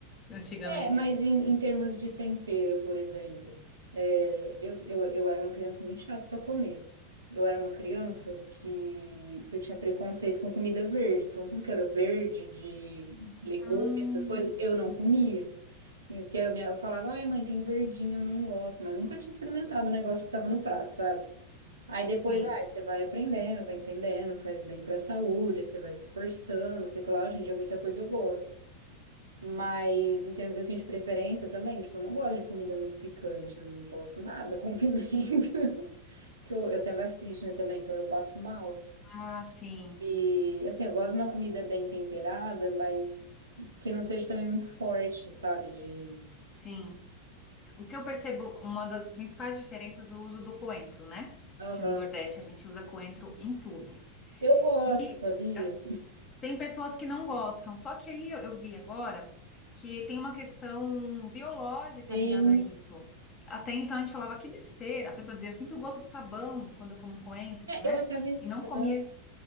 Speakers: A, on the left (about 30°); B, on the right (about 70°).
A: Antigamente.
B: É, mas em, em termos de tempero, por exemplo, é, eu, eu, eu era uma criança muito chata para comer. Eu era uma criança que eu tinha preconceito com comida verde, então tudo que era verde, de legume,
A: Ah,
B: essas coisas, eu não comia. Porque eu, eu falava, ai mãe, tem verdinho, eu não gosto, mas nunca tinha experimentado o negócio que tava no prato, sabe? Aí depois,
A: sim.
B: ah, você vai aprendendo, vai entendendo que faz bem pra saúde, aí você vai se esforçando, sei lá, hoje em dia muita coisa eu gosto. Mas em termos assim de preferência também, tipo, eu não gosto de comida muito picante, eu não posso nada com <laughs> pimenta. Porque eu, eu tenho gastrite, né, também, então eu passo mal.
A: Ah, sim.
B: E assim, eu gosto de uma comida bem temperada, mas que não seja também muito forte, sabe? De.
A: Sim. O que eu percebo, uma das principais diferenças é o uso do coentro, né?
B: Aham.
A: Que no Nordeste a gente usa coentro em tudo.
B: Eu gosto,
A: E
B: sabia?
A: eh, tem pessoas que não gostam, só que aí eu eu vi agora que tem uma questão biológica
B: Sim.
A: ligada a isso. Até então a gente falava que besteira, a pessoa dizia, eu sinto o gosto de sabão quando eu como coentro,
B: É,
A: né?
B: eu achava estranho,
A: E não comia